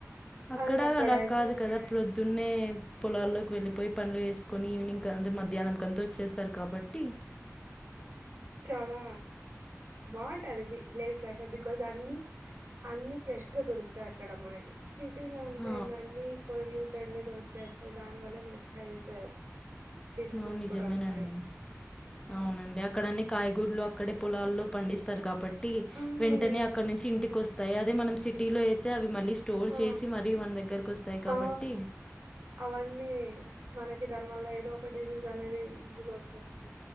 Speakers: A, on the left; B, on the right.
A: అక్కడా
B: అదే అక్కడయితే
A: అలా కాదు కదాప్పుొద్దున్నే పొలాల్లోకి వెళ్ళిపో పోయి పనులు వేసుకొని ఈవినింగ్ అ మధ్యాహ్నంకంత వచ్చేస్తారు కాబట్టి
B: చాలా బాగుంటుంది విలేజ్ లైఫ్ బికాజ్ అన్నిీ అన్నిీ ఫ్రెష్ గా దొరుకుతాారు అక్కడ మనకి వటీలో ఉంటే
A: ఆ,
B: ఇంకా అన్నిీ పొ్యూటెడ్వే దొరుకుతాయి అసలు దాని వల్ల మనకు హెల్త్ డిసీజెస్
A: అవును నిజమేనండి
B: కూడా వస్తాయి
A: అవునండి అక్కడన్న కాయ గుర్లు అక్కడే పొలాల్లో పండిస్తారు కాబట్టి
B: హ్మ్
A: వెంటనే అక్కడ నుంచి ఇంటికి వస్తాయి అదే మనం సిటీలో అయితే అవి మళ్లీ స్టోర్
B: ఆ
A: చేసి మన దగ్గరకు వస్తాయి కాబట్టి
B: ఆ అవన్నీ మనకి దాని వల్ల ఏదో ఒక డిసీజ్ అనేది ఈజీగా వచ్చేస్తుంది